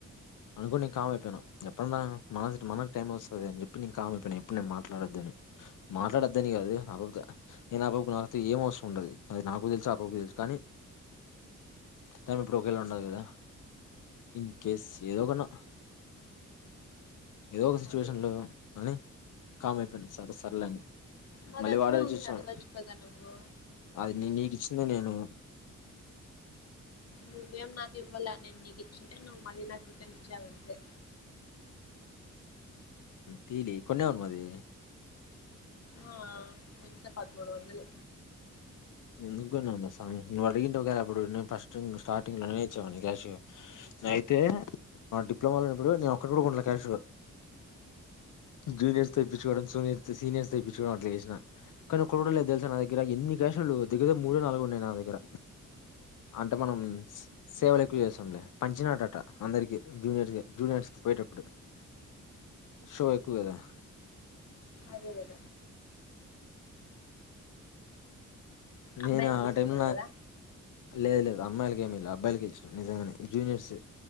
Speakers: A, on the left; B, on the left.
A: అనుకోని నేను కామ్ అయిపోయిను ఎప్పుడన్నా మన మనకు టైం వస్తుంది అని చెప్పి నేను కామ్ అయిపోయినాను ఎప్పుడు నేను మాట్లాడొద్దని మాట్లాడొద్దని కాదు కపోతే నేను నా ఆ పాప నాకు ఏం అవసరం ఉండదు అది నాకు తెలుసు ఆ పాప కు తెలుసు కానీ టైమ్ ఇప్పుడు ఒకేళ ఉండదు కదా ఇన్కేస్ ఏదో ఒకన్నా ఏదో ఒక సిచ్యువేషన్
B: అడుగు
A: లో కాని కామ్ అయిపోయింది సార్ సర్లేని
B: నా
A: మళ్ళీ
B: దగ్గర
A: వాడే తెచ్చిచ్చినాడు
B: ఉంది అడగచ్చు కదా నువ్వు
A: అది నీకిచింది నేను
B: నువ్వేం నాకు ఇవ్వాల నేను నీకు ఇచ్చింటే నువ్వు మళ్ళీ నాకు రిటర్న్ ఇచ్చావంతే
A: తలి కొ అను మాది
B: ఆ ఎంత పదమూడు వందలు
A: ఎందుకున్నా ఉన్నా స్వామి నువ్వు అడిగింటే ఒకేళ అప్పుడు నేను ఫస్ట్ స్టార్టింగ్ లోనే ఇచ్చావాని క్యాష్ అయితే నా డిప్లమా లో ఉప్పుడు నేను ఒ కూడా క్యాష్ జూనియర్స్ తో ఇప్పించుకోవడం సూనియర్ సీనియర్స్ తో ఇప్పించుకోవడం అట్లా చేసినా కానీ ఒక కూడా లేదు తెలుసా నా దగ్గర ఎన్ని క్యాషులు దగ్గరదగ్గర మూడుో నాలుగు ఉన్నాయి నా దగ్గర అంటే మనం సేవలు ఎక్కువ చేస్తాంలే పంచినట్టట అందరికి జూనియర్స్ జూనియర్స్ కి పోయేటప్పుడు షో ఎక్కువ కదా
B: అదే గద
A: నేను
B: అమ్మాయిలు కూర్చుంటావు
A: ఆ టైమ్
B: కదా
A: లేదు అమ్మాయిలకేం ఇలే అబ్బయిలకే ఇచ్చిన నిజంగానే జూనియర్స్